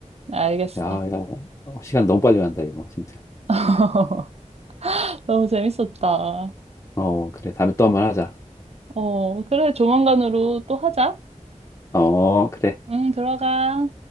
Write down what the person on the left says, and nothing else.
야, 야, 어, 시간 너무 빨리 간다, 이거, 진짜.
어, 그래. 다음에 또 한번 하자.
어, 그래.